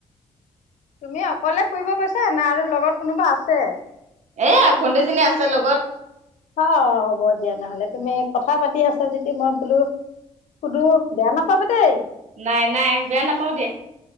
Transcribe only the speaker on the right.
এ ভণ্টিজনী আছে লগত।
নাই নাই বেয়া নাপাও দে।